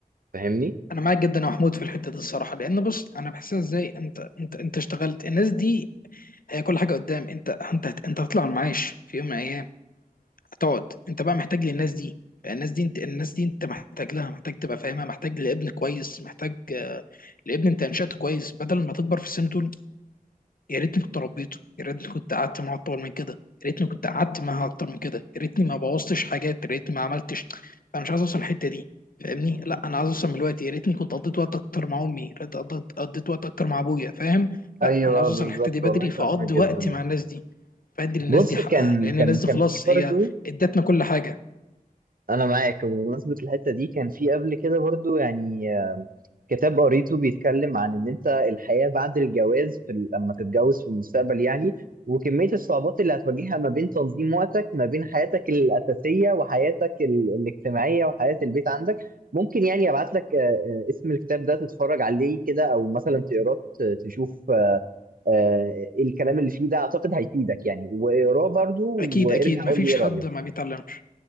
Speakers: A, on the right; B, on the left.
A: فاهمني؟
B: انا معاك جدا يا محمود في الحته دي الصراحه لان بص انا بحسها ازاي انت انت انت اشتغلت الناس دي هي كل حاجه قدام انت انت هت- انت هتطلع المعاش في يوم من الايام هتقعد انت بقى محتاج للناس دي الناس دي انت الناس دي انت محتاج لها محتاج تبقى فاهمها محتاج لابن كويس محتاج آه، لابن انت انشأته كويس بدل ما تكبر في السن تقول يا ريتني كنت ربيته يا ريتني كنت قعدت معاه اطول من كده يا ريتني كنت قعدت معاها اكتر من كده يا ريتني ما بوظتش حاجات يا ريتني ما عملتش انا مش عايز اوصل الحته دي فاهمني لا انا عايز اوصل من الوقت يا ريتني كنت قضيت وقت اكتر مع امي يا ريت قضيت قضيت وقت اكتر مع ابويا فاهم
A: ايوه
B: لا انا عايز اوصل
A: بالظبط
B: الحته دي بدري
A: والله فاهمك
B: فاقضي
A: جدا
B: وقت مع الناس دي فادي للناس
A: بص
B: دي حقها
A: كان
B: لان
A: كان
B: الناس
A: كان
B: دي خلاص
A: في برضو
B: هي ادتنا كل حاجه
A: انا معاك وبمناسبة الحتة دي كان في قبل كده برضو يعني آه، كتاب قريته بيتكلم عن ان انت الحياة بعد الجواز في ال- لما تتجوز في المستقبل يعني وكمية الصعوبات اللي هتواجهها ما بين تنظيم وقتك ما بين حياتك الأساسية وحياتك ال- الاجتماعية وحياة البيت عندك ممكن يعني ابعت لك آه، آه، اسم الكتاب ده تتفرج عليه كده او مثلا تقراه ت- تشوف آه، آه، الكلام اللي فيه ده اعتقد هيفيدك يعني واقراه برضو
B: اكيد
A: وارجع
B: اكيد
A: قول
B: مفيش
A: لي ايه
B: حد
A: رأيك
B: ما بيتعلمش